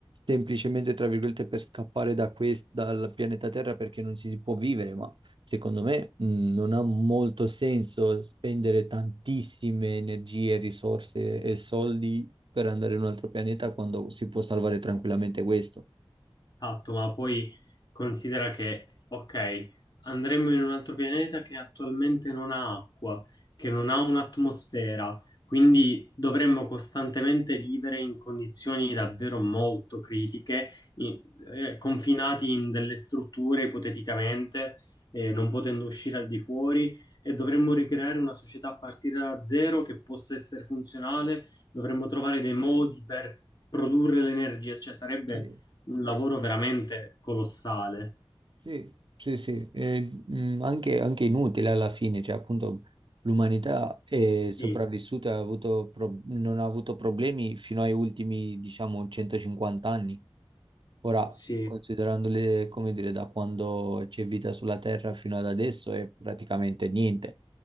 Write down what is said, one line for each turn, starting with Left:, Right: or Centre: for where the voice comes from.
Right: semplicemente, tra virgolette, per scappare da quest- dal pianeta Terra perché non ci si può vivere, ma Secondo me, mh, non ha molto senso spendere tantissime energie, risorse e soldi per andare in un altro pianeta quando si può salvare tranquillamente questo.
Left: Esatto, ma poi considera che, ok, andremmo in un altro pianeta che attualmente non ha acqua, che non ha un'atmosfera, quindi dovremmo costantemente vivere in condizioni davvero molto critiche, in- eh, confinati in delle strutture ipoteticamente, eh, non potendo uscire al di fuori, e dovremmo ricreare una società a partire da zero che possa essere funzionale, dovremmo trovare dei modi per produrre l'energia, cioè sarebbe
Right: Sì.
Left: un lavoro veramente colossale.
Right: Sì, sì, sì, eh, mh, anche, anche inutile alla fine, cioè appunto l'umanità è sopravvissuta,
Left: Sì,
Right: e ha avuto pro- non ha avuto problemi fino ai ultimi, diciamo, 150 anni. Ora,
Left: sì,
Right: considerandole, come dire, da quando c'è vita sulla Terra fino ad adesso è praticamente niente.